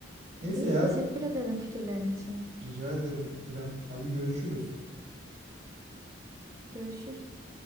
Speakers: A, on the right; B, on the right.
A: Neyse
B: İyi
A: ya
B: teşekkür ederim fikirlerin için.
A: rica ederim İrem. Hadi görüşürüz.
B: Görüşürüz.